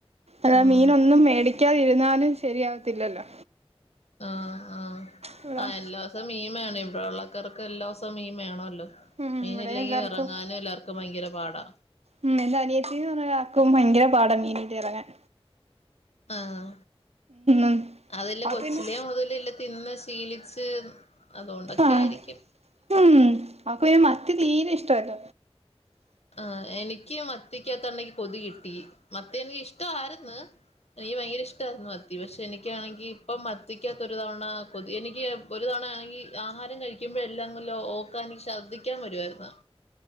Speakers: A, on the right; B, on the left.
A: അതാ
B: ഉം
A: മീന ഒന്നും മേടി ടിക്കതിരുന്നാലും ശരിയാവത്തില്ലല്ലോ
B: ആഹ ആഹ
A: ഇവിടെ
B: ആ എല്ലാ സം മീ മാണെ വള്ളക്കാർക്ക് എല്ലാ സംമീൻ വേണല്ലോ
A: ഉം
B: മീൻല്ലെങ്കി
A: ഇവിടെ എല്ലാർക്കും
B: ഇറങ്ങാനും എല്ലാർക്കും ഭയങ്കര പാടാ
A: ഉ എൻ്റെ അനിയത്തിക്ക് ആക്കും ഭയങ്കര പാടാ മീൻ കിട്ടിയാലൊഇറങ്ങാൻ
B: ആഹ
A: ഉം
B: അതല്ല
A: അവക്ക്
B: കൊച്ചിലെ
A: പിന്നെ
B: മുതലല്ല തിന്ന് പി ലീ ട്സ് അതുകൊണ്ടൊക്കെയ
A: ആഹ്
B: ആയിരിക്കും
A: ഉം അപ്പപിന്നെ മത്തി തീരെ ഇഷ്ടല്ല
B: ആ എനിക്ക് മത്തിക്കാത്താണെക്ക് കൊതി കിട്ടി എനിക്ക് ഇഷ്ടം ആയിരുന്ന് എനിക്ക് ഭയങ്കര ഇഷ്ടമായിരുന്നു മത്തി പക്ഷെ എനിക്കാണെങ്കി ഇപ്പ മത്തിക്കകത്തൊ ഒരു തവണ കൊതി എനിക്ക് ഒരു തവണ ആണെങ്കിൽ ആഹാരം കഴിക്കുമ്പോഴ എല്ലാംങ്കല്ലാം ഓക്കാൻ എനിക്ക് ശ്രദ്ധിക്കാൻ വരുവായിരുന്നു